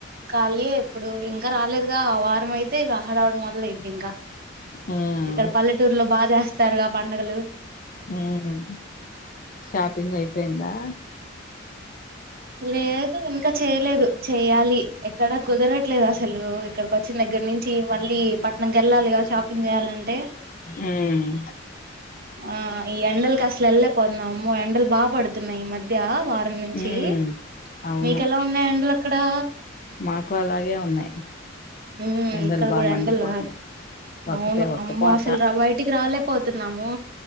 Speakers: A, on the right; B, on the left.
A: ఖాలీయే. ఇప్పుడూ ఇంకా రాలేదుగా, వారం అయితే ఇగ హడావుడి మొదలైద్ది ఇంక.
B: ఉమ్
A: ఇక్కడ పల్లెటూర్లో బా జేస్తారుగా పం నగలూ
B: హ్మ్ షాపింగ్ అయిపోయిందా?
A: లేదు ఇంకా చేయలేదు చెయ్యాలి, ఎక్కడా కుదరట్లేదు అసలూ ఇక్కడికొచ్చిం దగ్గర నించీ మల్లీ పట్నం కెల్లాలి గద షాపింగ్ చెయాలంటే.
B: హ్మ్మ్
A: ఆ ఈ ఎండలకి అసలెల్ల పొన్నాము ఎండలు బా పడుతున్నాయి ఈ మధ్యా. వారం నించీ,
B: ఉమ్ అవును
A: మీకెలా ఉన్నాయి ఎండల క్కడా
B: మాకు అలాగే ఉన్నాయి
A: ఉమ్
B: ఎందలు
A: ఇక్కడ
B: బాగా
A: కూడా
B: మండిపోతున్నాయి
A: ఎండలు
B: ఒకటే
A: అవును
B: ఒక్క
A: అమ్మో
B: పోత
A: అసలు రా బయటికి రాలేపోతున్నాము